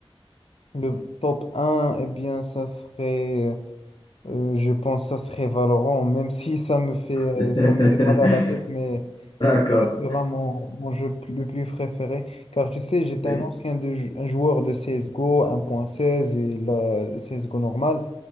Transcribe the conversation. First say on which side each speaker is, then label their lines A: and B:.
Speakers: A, on the left (about 80°); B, on the left (about 50°).
A: le top un eh bien, ça serait, euh, je pense, ça serait Valorant, même si ça me fait, euh,
B: <laughs>
A: ça me fait mal à la tête, mais
B: d'accord.
A: sera mon, mon jeu p- le plus préféré. Car tu sais, j'étais
B: Oui,
A: un ancien de jou- un joueur de C S G O un point seize et le la CSGO normal.